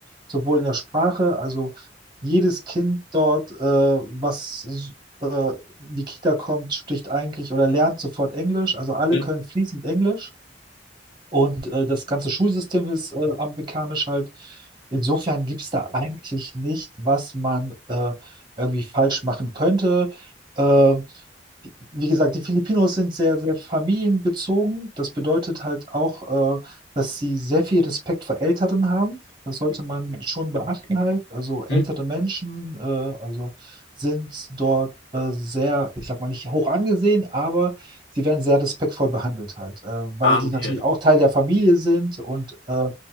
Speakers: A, on the right; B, on the left.
A: sowohl in der Sprache, also jedes Kind dort, äh, was äh, in die Kita kommt, spricht eigentlich oder lernt sofort Englisch. Also alle
B: Ja.
A: können fließend Englisch und äh, das ganze Schulsystem ist äh, amerikanisch halt. Insofern gibt es da eigentlich nicht, was man äh, irgendwie falsch machen könnte. Äh, die- wie gesagt, die Filipinos sind sehr, sehr familienbezogen. Das bedeutet halt auch, äh, dass sie sehr viel Respekt vor Älteren haben. Das sollte man schon beachten halt. Also ältere
B: Mhm.
A: Menschen, äh, also sind dort äh, sehr, ich sag mal nicht hoch angesehen, aber sie werden sehr respektvoll behandelt halt, äh, weil
B: Ah,
A: die
B: okay.
A: natürlich auch Teil der Familie sind und äh,